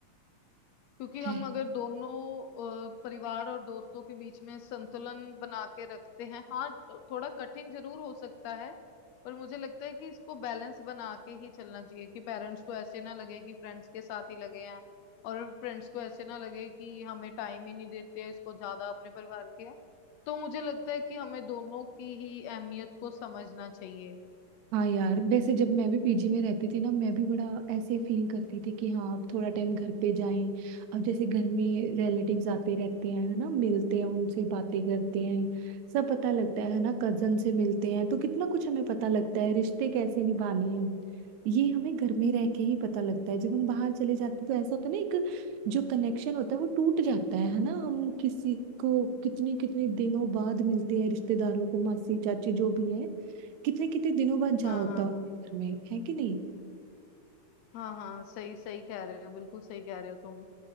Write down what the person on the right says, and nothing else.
है
हाँ यार वैसे जब मैं भी पीजी में रहती थी ना मैं भी बड़ा ऐसे फील करती थी कि हाँ अब थोड़ा टाइम घर पे जाएं अब जैसे घर में रिलेटिव्स आते रहते हैं है ना मिलते हैं उनसे बातें करते हैं सब पता लगता है है ना कजन से मिलते हैं तो कितना कुछ हमें पता लगता है रिश्ते कैसे निभाने हैं ये हमें घर में रह के ही पता लगता है जब हम बाहर चले जाते हैं तो ऐसा होता है ना एक जो कनेक्शन होता है वो टूट जाता है है ना हम किसी को कितनी कितनी दिनों बाद मिलते हैं रिश्तेदारों को मासी चाची जो भी हैं कितने कितने दिनों बाद जा
होता
हूँ
घर में है कि नहीं